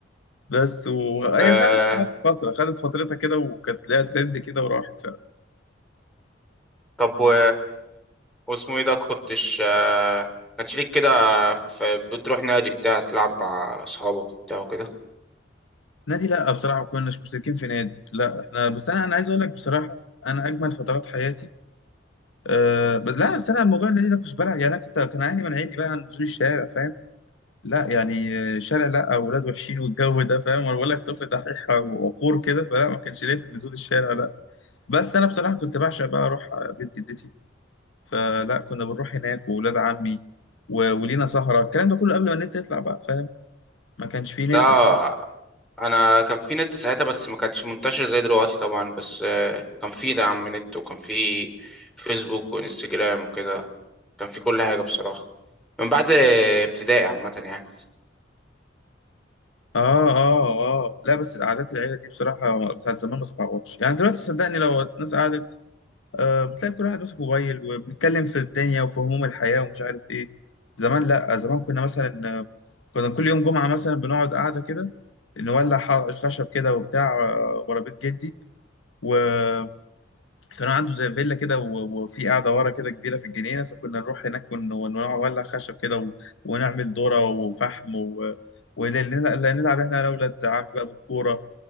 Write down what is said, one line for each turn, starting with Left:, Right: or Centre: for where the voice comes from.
Left: بس وهي
Centre: آه
Left: فعلا خدت فتره خدت فترتها كده وكانت ليها ترند كده وراحت فعلا
Centre: طب و واسمه ايه ده كنتش آه كانش ليك كده في- بتروح نادي بتاع تلعب مع اصحابك وبتاع وكده
Left: نادي لا بصراحه ما كناش مشتركين في نادي لا احنا بس انا انا عايز اقول لك بصراحه انا اجمل فترات حياتي أه بس لا بس انا الموضوع النادي ده كنتش بلعب يعني انا كنت كان اهلي مانعيني بقى عن نزول الشارع فاهم لا يعني آه، شارع لا اولاد وحشين والجو ده فاهم وانا بقول لك طفل دحيح وقور كده فلا ما كانش ليا في نزول الشارع لا بس انا بصراحه كنت بعشق بقى اروح بيت جدتي فلا كنا بنروح هناك واولاد عمي و- ولينا سهره الكلام ده كله قبل ما النت يطلع بقى فاهم ما كانش فيه نت
Centre: ده
Left: ساعتها
Centre: انا كان في نت ساعتها بس ما كانش منتشر زي دلوقتي طبعا بس آه، كان في دعم من نت وكان في فيسبوك وانستجرام وكده كان في كل حاجة بصراحة من بعد آه، ابتدائي عامة يعني
Left: اه اه اه لا بس قعدات العيله دي بصراحه بتاعت زمان ما تتعوضش يعني دلوقتي صدقني لو الناس قعدت آه، بتلاقي كل واحد ماسك موبايل وبنتكلم في الدنيا وفي هموم الحياة ومش عارف إيه زمان لأ زمان كنا مثلا آه، كنا كل يوم جمعة مثلا بنقعد قاعدة كده نولع ح- خشب كده وبتاع آه، ورا بيت جدي وكانوا عنده زي فيلا كده و- وفي قاعدة ورا كده كبيرة في الجنينة فكنا نروح هناك ون- ونولع خشب كده و- ونعمل ذرة وفحم و... ونلعب إحنا أنا وأولاد عمي بقى بالكورة